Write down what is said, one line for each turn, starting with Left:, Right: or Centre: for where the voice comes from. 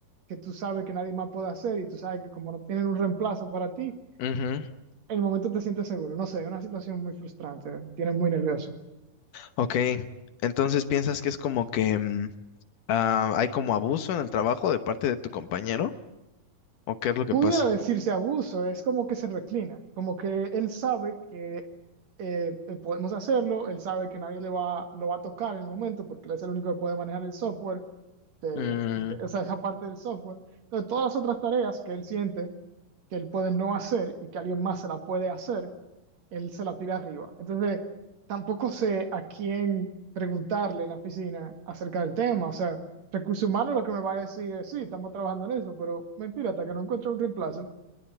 Right: que tú sabes que nadie más puede hacer, y tú sabes que como no tienen un reemplazo para ti,
Left: Ujú.
Right: en el momento te sientes seguro. No sé, es una situación muy frustrante, me tiene muy nervioso.
Left: Ok, entonces piensas que es como que mm, ah, hay como abuso en el trabajo de parte de tu compañero, ¿o qué es lo que
Right: pudiera
Left: pasa?
Right: decirse abuso, es como que se reclina, como que él sabe que eh, eh, podemos hacerlo, él sabe que nadie le va, lo va a tocar en el momento porque él es el único que puede manejar el software, de-
Left: Mm,
Right: de- o sea, <laughs> esa parte del software. Entonces, todas las otras tareas que él siente que él puede no hacer y que alguien más se la puede hacer, él se la tira arriba. Entonces, tampoco sé a quién preguntarle en la oficina acerca del tema, o sea Recursos humanos lo que me va a decir es, sí, estamos trabajando en eso, pero mentira, hasta que no encuentre un reemplazo,